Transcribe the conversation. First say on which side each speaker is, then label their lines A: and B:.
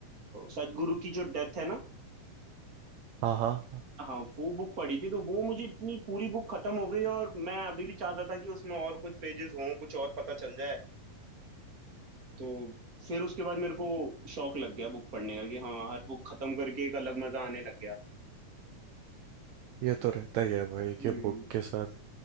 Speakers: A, on the right; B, on the right.
A: सदगुरु की जो डेथ है ना
B: हाँ हाँ
A: हाँ वो बुक पढ़ी थी तो वो मुझे इतनी पूरी बुक खत्म हो गई और मैं अभी भी चाहता था कि उसमें और कुछ पेजेस हों कुछ और पता चल जाए तो फिर उसके बाद मेरे को शौक लग गया बुक पढ़ने का कि हाँ हर बुक खत्म करके एक अलग मजा आने लग गया
B: ये तो रहता ही है भाई
A: हम्म
B: कि बुक के साथ